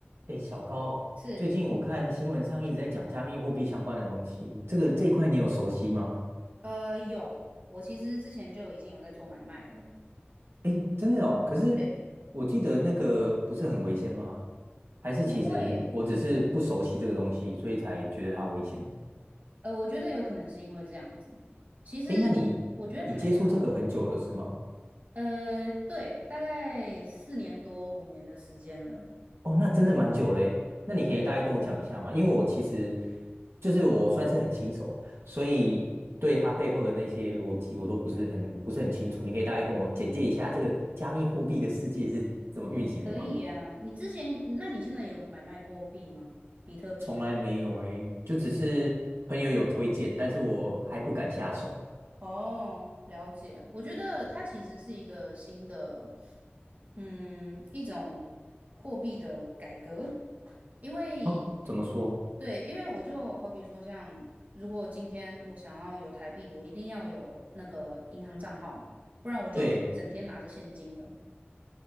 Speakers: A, on the right; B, on the right.
A: 哎，小高，
B: 是，
A: 最近我看新闻上一直在讲加密货币相关的东西，这个这一块你有熟悉吗？
B: 呃，有，我其实之前就已经有在做买卖了。
A: 哎，真的哦，可是我记得那个不是很危险吗？
B: 对，
A: 还是其实我只是不熟悉这个东西，
B: 不会，
A: 所以才觉得它危险？
B: 呃，我觉得有可能是因为这样子。其实
A: 哎，那你你接触这个很久了是吗？
B: 我觉得还好，呃，对，大概四年多五年的时间了。
A: 哦，那真的蛮久嘞。那你可以大概跟我讲一下吗？
B: 对，
A: 因为我其实就是我算是很新手，所以对它背后的那些逻辑我都不是很不是很清楚。你可以大概跟我简介一下这个加密货币的世界是怎么运行的吗？
B: 可以啊。你之前，那你现在有买卖过币吗？比特币？
A: 从来没有诶，就只是朋友有推荐，但是我还不敢下手。
B: 哦，了解。我觉得它其实是一个新的，嗯，一种货币的改革，因为
A: 哦，怎么说？
B: 对，因为我就好比说像，如果今天我想要有台币，我一定要有那个银行账号嘛，不然我就整天拿着现金了。
A: 对，